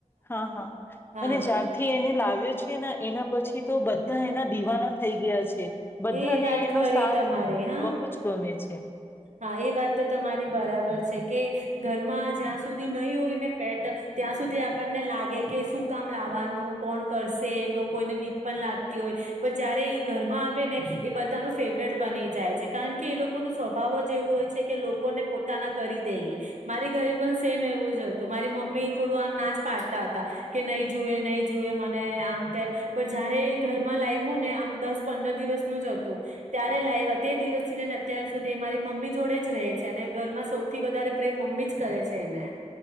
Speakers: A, on the left; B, on the right.
A: હા હા
B: હા
A: અને જ્યારથી એને લાગણી આવે છે એના પછી તો બધા એના દીવાના થઈ ગયા છે. બધાને
B: એ વાત
A: એનો
B: ખરી
A: સાથ
B: તમારે હા
A: બહુ જ ગમે છે.
B: હા એ વાત તો તમારી બરાબર છે કે ઘરમાં જ્યાં સુધી નહી હોય ને પેટ ત્યાં સુધી આપણને લાગે કે શું કામ લાવવાનું કોણ કરશે એનું કોઈનેબી પણ લાગતી હોય પણ જયારે એ ઘરમાં છે ને એ બધાનું ફેવરેટ બની જાય છે કારણ કે એ લોકો લોકો ન સ્વભાવ જ એવું હોય છે કે લોકોને પોતાના કરી દે મારી ઘરે પણ સેમ એવું જ હતું મારી મમ્મી થોડું આમ નાચ પાડતા હતા કે નહી જુએ નહીં જુએ મને આમ તેમ પણ જયારે ઘરમાં લાવું ને આમ દસ પંદર દિવસનું જ હતું ત્યારે લાઈ તે દિવસ થી લઈને અત્યાર અત્યાર સુધી મારી મમ્મી જોડે જ રહે છે અને ઘરમાં સૌથી વધારે પ્રેમ મમ્મી જ કરે છે એને